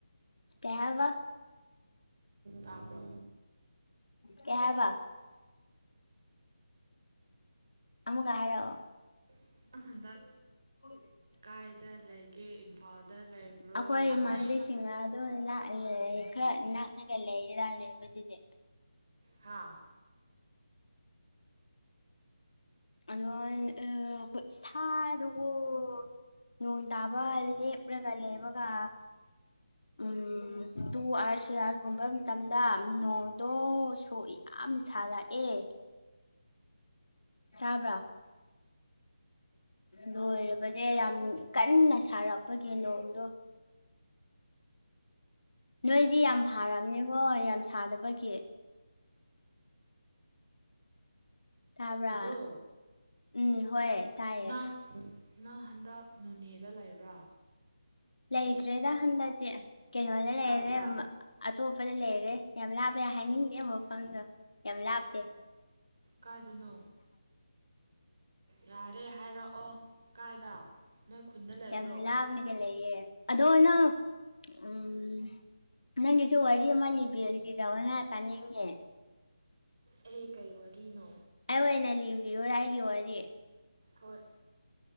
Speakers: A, on the left; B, on the right.
A: ꯀꯩ ꯍꯥꯏꯕ
B: ꯇꯥꯕ꯭ꯔꯣ
A: ꯀꯩ ꯍꯥꯏꯕ ꯑꯃꯨꯒ ꯍꯥꯏꯔꯛꯑꯣ
B: <unintelligible> ꯍꯟꯗꯛ
A: <unintelligible>
B: ꯀꯥꯏꯗ ꯂꯩꯒꯦ ꯏꯝꯐꯥꯜꯗ ꯂꯩꯕ꯭ꯔꯣ
A: ꯑꯩꯈꯣꯏ ꯏꯃꯥꯟꯕꯤꯁꯤꯡ
B: ꯅꯣꯏ
A: ꯑꯗꯨꯝ ꯂꯥꯛꯑ ꯂꯩ ꯈꯔ ꯅꯥꯛꯅꯒ ꯂꯩꯔꯥ ꯂꯩꯕꯗꯨꯒꯤ
B: ꯍꯥꯥ
A: ꯑꯗ‌ꯣ
B: ꯑꯩ
A: <unintelligible> ꯈꯨꯠꯁꯥꯗꯣꯀ‌ꯣ ꯅꯣꯡ ꯇꯥꯕ ꯂ‌ꯦꯞꯂꯒ ꯂꯩꯕꯒ ꯎꯝ ꯇꯨ ꯑꯥꯋꯥꯔꯁ ꯊ꯭ꯔꯤ ꯑꯥꯋꯥꯔꯁꯒꯨꯝꯕ ꯃꯇꯝꯗ ꯗꯣ ꯁꯨ ꯌꯥꯝ ꯁꯥꯔꯛꯑꯦ ꯇꯥꯕ꯭ꯔꯥ ꯂꯣꯏꯔꯕꯅꯦ ꯌꯥꯝ ꯀꯟꯅ ꯁꯥꯔꯛꯄꯒꯤ ꯅꯣꯡꯗꯣ ꯅꯣꯏꯗꯤ ꯌꯥꯝ ꯐꯔꯕꯅꯦꯕꯣ ꯌꯥꯝ ꯁꯥꯗꯕꯒꯤ ꯇꯥꯕ꯭ꯔꯥ
B: ꯑꯗꯣ
A: ꯎꯝ ꯍꯣꯏ ꯇꯥꯏꯌꯦ
B: ꯅꯪ ꯅꯪ ꯍꯟꯗꯛ ꯅꯣꯅꯦꯗ ꯂꯩꯕ꯭ꯔꯥ
A: ꯂꯩꯇ꯭ꯔꯦꯗ ꯍꯟꯗꯛꯇꯤꯀꯩꯅꯣꯗ ꯂꯩꯔꯦ
B: ꯀꯥꯏꯗ
A: ꯑ ꯑꯇꯣꯞꯄꯗ ꯂꯩꯔꯦ ꯌꯥꯝ ꯂꯥꯞꯄꯦ ꯍꯥꯏꯅꯤꯡꯗꯦ ꯃꯐꯝꯗꯣ ꯌꯥꯝ ꯂꯥꯞꯄ‌ꯦ
B: ꯀꯥꯏꯗꯅꯣ ꯌꯥꯔꯦ ꯍꯥꯏꯔꯛꯑꯣ ꯀꯥꯏꯗ ꯅꯣꯏ ꯈꯨꯟꯗ ꯂꯩꯕ꯭ꯔꯣ
A: ꯌꯥꯝ ꯂꯥꯞꯅꯤꯒ ꯂꯩꯌꯦ ꯑꯗꯣ ꯅꯪ ꯎꯝ ꯅꯪꯒꯤꯁꯨ ꯋꯥꯔꯤ ꯑꯃ ꯂꯤꯕꯤꯔ ꯂꯤꯔꯛꯑꯣꯅ ꯇꯥꯅꯤꯡꯉꯦ
B: ꯑꯩ ꯀꯩ ꯋꯥꯔꯤꯅꯣ
A: ꯑꯩ ꯑꯣꯏꯅ ꯂꯤꯕꯤꯌꯨꯔꯥ ꯑꯩꯒꯤ ꯋꯥꯔꯤ
B: ꯍꯣꯏ